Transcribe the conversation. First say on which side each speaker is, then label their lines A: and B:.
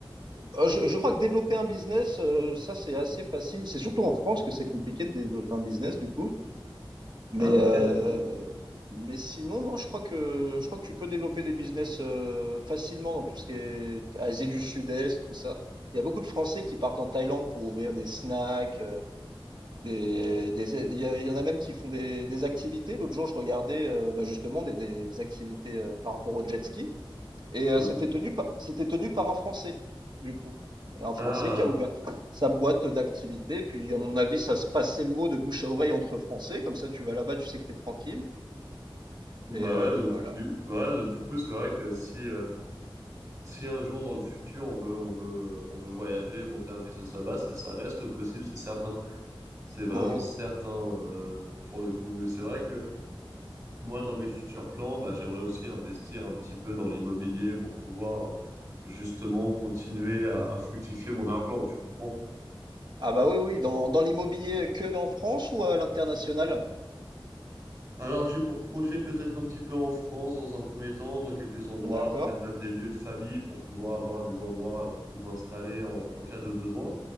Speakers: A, on the right (about 55°); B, on the right (about 35°).
A: Euh, Je, je crois que développer un business, euh, ça, c'est assez facile. C'est surtout en France que c'est compliqué de développer un business, du coup. Mais,
B: Ah ok,
A: euh,
B: d'accord.
A: mais sinon, non, je crois que, je crois que tu peux développer des business euh, facilement dans tout ce qui est Asie du Sud-Est, tout ça. Il y a beaucoup de Français qui partent en Thaïlande pour ouvrir des snacks. euh, des, des- il y a- il y en a même qui font des, des activités. L'autre jour, je regardais euh, bah, justement des, des activités euh, par rapport au jet ski. Et
B: Ok.
A: euh, c'était tenu, par- c'était tenu par un Français, du coup. Un Français
B: Ah.
A: qui a ouvert sa boîte d'activité. Puis, à mon avis, ça se passait le mot de bouche à oreille entre Français. Comme ça, tu vas là-bas, tu sais que tu es tranquille.
B: Bah
A: Et, euh,
B: ouais, donc
A: et voilà.
B: du, ouais, donc, du coup, c'est vrai que si, euh, si un jour dans le futur on veut, on veut, euh, on veut voyager, monter un business là-bas, ça, ça reste possible, c'est certain. C'est vraiment
A: Ouais.
B: certain euh, pour le coup. Et c'est vrai que moi, dans mes futurs plans, bah, j'aimerais aussi investir un petit peu dans l'immobilier pour pouvoir justement continuer à, à fructifier mon argent, tu comprends?
A: Ah bah oui, oui, dans, dans l'immobilier que en France ou à l'international?
B: Alors, j'ai pour projet peut-être un petit peu en France dans un premier temps, dans quelques endroits,
A: D'accord.
B: peut-être même des lieux de famille pour pouvoir avoir des endroits où m'installer en, en cas de besoin.